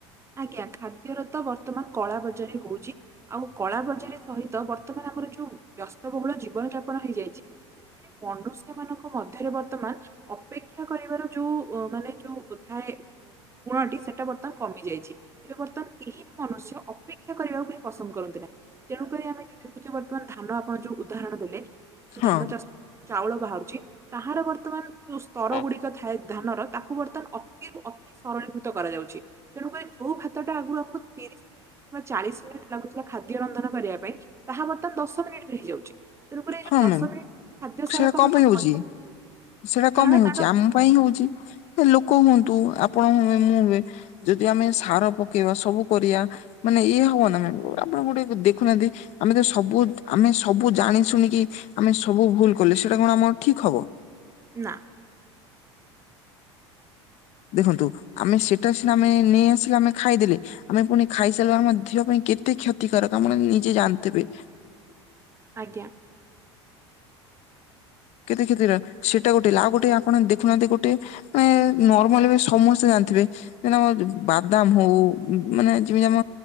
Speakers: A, on the right; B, on the left.
A: ଆଜ୍ଞା ଖାଦ୍ୟର ତ ବର୍ତ୍ତମାନ କଳା ବଜାରି ହଉଛି। ଆଉ କଳା ବଜାରୀ ସହିତ ବର୍ତ୍ତମାନ ଆମର ଯୋଉ ବ୍ୟସ୍ତବହୁଳ ଜୀବନ ଯାପନ ହେଇଯାଇଛି। ମନୁଷ୍ୟ ମାନଙ୍କ ମଧ୍ୟରେ ବର୍ତ୍ତମାନ ଅପେକ୍ଷା କରିବାର ଯୋଉ ମାନେ ଯୋଉ ଥାଏ ଗୁଣଟି ସେଟା ବର୍ତ୍ତମାନ କମି ଯାଇ ଛି ଏବେ ବର୍ତ୍ତମାନ କେହି ବି ମନୁଷ୍ୟ ଅପେକ୍ଷା କରିବାକୁ କେହି ପସନ୍ଦ କରନ୍ତି ନାହିଁ। ତେଣୁକରି ଆମେ ଯୋଉ ଦେଖୁଛେ ବର୍ତ୍ତମାନ ଧାନ ଆପଣ ଯୋଉ ଉଦାହରଣ ଦେଲେ ଯୋଉ
B: ହଁ।
A: ଧାନ ଚାଷ ଯୋଉ ଚାଉଳ ବାହାରୁଛି ତାହାର ବର୍ତ୍ତମାନ ଯୋଉ ସ୍ତର
B: ହଁ
A: ଗୁଡିକ ଥାଏ ଧାନର ତାକୁ ବର୍ତ୍ତମାନ ଅତିରୁ ଅତି ସରଳୀକୃତ କରାଯାଉଛି। ତେଣୁକରି ଯୋଉ ଭାତଟା ଆଗରୁ ଆପଣ ତିରିଶ <unintelligible> କିମ୍ବା ଚାଳିଶ ମିନିଟ ଲାଗୁଥିଲା ଖାଦ୍ୟ ରନ୍ଧନ କରିବା ପାଇଁ ତାହା ବର୍ତ୍ତମାନ ଦଶ ମିନିଟ ରେ ହେଇଯାଉଛି। ତେଣୁକରି ଏଇ
B: ହଁ
A: ଯୋଉ ଦଶ
B: ମ୍ୟାମ
A: ମିନିଟ ଖାଦ୍ୟ ସାରକୁ
B: ସେଟା କମ
A: ଆମେ ଯୋଉ
B: ଯାଉଛି
A: ପଡିବ
B: ସେଟା
A: କାରଣ
B: କମ ହଉଛି
A: ତାର
B: ଆମ ପାଇଁ ହଉଛି ଲୋକ ହୁଅନ୍ତୁ ଆପଣ ହୁଏ ମୁଁ ହୁଏ। ଯଦି ଆମେ ସାର ପକେଇବା ସବୁ କରିବା ମାନେ ଇଏ ହବ ନା ମ୍ୟାମ ଆପଣ ଗୋଟେ ଦେଖୁନାହାନ୍ତି ଆମେ ତ ସବୁ ଆମେ ସବୁ ଜାଣି ଶୁଣି କି ଆମେ ସବୁ ଭୁଲ କଲେ ସେଇଟା କଣ ଆମର ଠିକ ହବ।
A: ନା।
B: ଦେଖନ୍ତୁ ଆମେ ସେଇଟା ସିନା ଆମେ ନେଇ ଆସିଲେ ଆମେ ଖାଇଦେଲେ। ଆମେ ପୁଣି ଖାଇସାରୁ ଆର ଆମ ଦେହ ପାଇଁ କେତେ କ୍ଷତିକାରକ ଆମର ନିଜେ ଜାଣିଥିବେ।
A: ଆଜ୍ଞା।
B: କେତେ କ୍ଷେତିର ସେଇଟା ଗୋଟେ ଆଉ ଗୋଟେ ଆପଣ ଦେଖୁନାହାନ୍ତି ଗୋଟେ ଏ ନର୍ମାଲ ବି ସମସ୍ତେ ଜାଣିଥିବେ। ଯେମିତି ଆମ ବାଦାମ ହଉ ମାନେ ଯେମିତି ଆମ